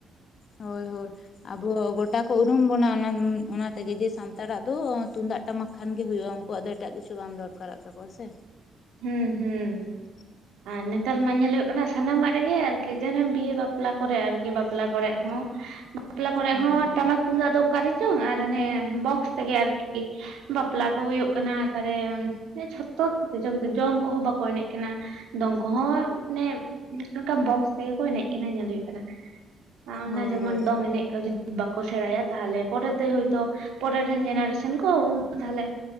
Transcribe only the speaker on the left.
ᱦᱳᱭ ᱦᱳᱭ ᱟᱵᱚ ᱜᱚᱴᱟ ᱠᱚ ᱩᱨᱩᱢ ᱵᱚᱱᱟ ᱚᱱᱟ ᱚᱱᱟ ᱛᱮᱜᱮ ᱡᱮ ᱥᱟᱱᱛᱟᱲᱼᱟᱜ ᱫᱚ ᱛᱩᱢᱫᱟᱹᱜ ᱴᱟᱢᱟᱠ ᱠᱷᱟᱱ ᱜᱮ ᱦᱩᱭᱩᱜᱼᱟ ᱩᱱᱠᱩᱣᱟᱜ ᱫᱚ ᱮᱴᱟᱜ ᱠᱤᱪᱷᱩ ᱵᱟᱝ ᱫᱚᱨᱠᱟᱨᱚᱜ ᱛᱟᱠᱚᱣᱟ ᱥᱮ᱾
<inaudible>
<unintelligible>
ᱦᱩᱸ
ᱦᱩᱸ
ᱦᱳᱭ
ᱦᱳᱭ